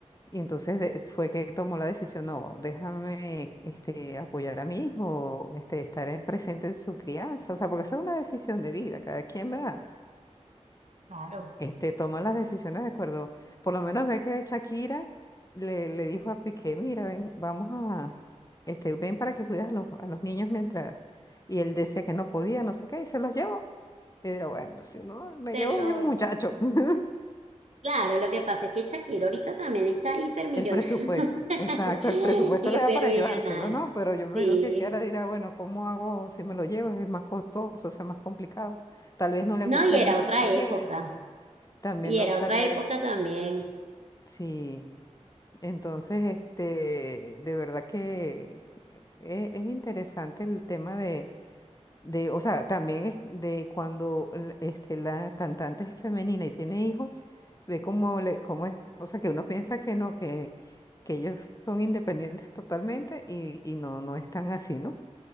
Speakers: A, on the left (about 30°); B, on the right (about 65°).
A: Y entonces de- fue que tomó la decisión, no, déjame, este, apoyar a mi hijo, este, estar en- presente en su crianza, o sea, porque eso es una decisión de vida, cada quien, ¿verdad?
B: Claro.
A: este, toma las decisiones de acuerdo. Por lo menos ve que Shakira le, le dijo a Piqué, mira, ven, vamos a, este, ven para que cuidas a los, a los niños mientras, y él decía que no podía, no sé qué, y se los llevó. Y dirá, bueno, si no, me
B: Este,
A: llevo
B: lo...
A: a mi muchacho. <laughs>
B: Claro, lo que pasa es que Shakira ahorita también está hipermillonaria.
A: El presupuesto,
B: <laughs>
A: exacto, el presupuesto
B: Hipermillonaria,
A: le da para llevárselo, ¿no? Pero yo me imagino
B: sí.
A: que Kiara dirá, bueno, ¿cómo hago si me lo llevo? Es más costoso, o sea, más complicado. Tal vez no le
B: No,
A: gusta
B: y era
A: al niño
B: otra
A: también,
B: época.
A: también
B: Y
A: no,
B: era
A: tal
B: otra
A: vez,
B: época también.
A: sí. Entonces, este, de verdad que e- es, interesante el tema de, de, o sea, también es de cuando l- este, la cantante es femenina y tiene hijos, ve cómo, le, cómo es, o sea, que uno piensa que no, que, que ellos son independientes totalmente y, y no, no están así, ¿no?